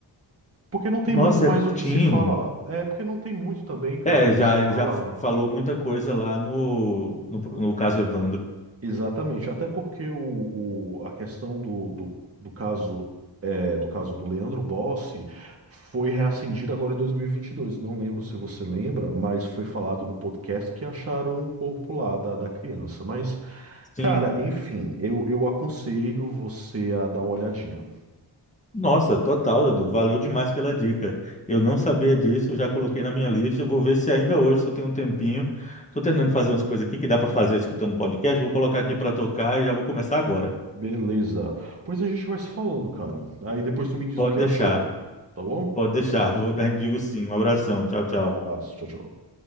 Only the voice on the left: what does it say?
Nossa,
é curtinho.
É,
já
ele
já falou muita coisa lá no, no, no caso Evandro.
Sim.
Nossa, total, Edu. Valeu demais pela dica. Eu não sabia disso, já coloquei na minha lista. Eu Vou ver se ainda hoje, se eu tenho um tempinho. Estou terminando de fazer umas coisas aqui que dá para fazer escutando podcast. Vou colocar aqui para tocar e já vou começar agora.
Pode
deixar,
pode deixar. <laughs> Vou, a gente digo sim. Um abração. Tchau, tchau.